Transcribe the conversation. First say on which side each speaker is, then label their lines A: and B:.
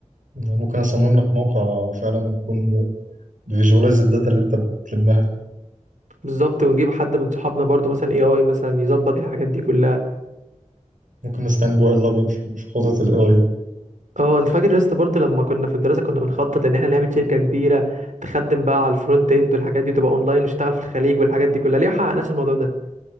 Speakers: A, on the right (about 85°); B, on the right (about 70°).
A: أنا ممكن أصمم لك موقع فعلا يكون بيفيجوالايز الداتا اللي أنت بتلمها دي
B: بالظبط ونجيب حد من صحابنا برضو مثلا اي اي مثلا يظبط الحاجات دي كلها
A: ممكن نستعين بو ال أبيض في خطط ال AI
B: اه انت فاكر يا اسطى برضه لما كنا في الدراسه كنا بنخطط ان احنا نعمل شركه كبيره تخدم بقى على الفرونت اند والحاجات دي تبقى اونلاين ونشتغل في الخليج والحاجات دي كلها ليه ما حققناش الموضوع ده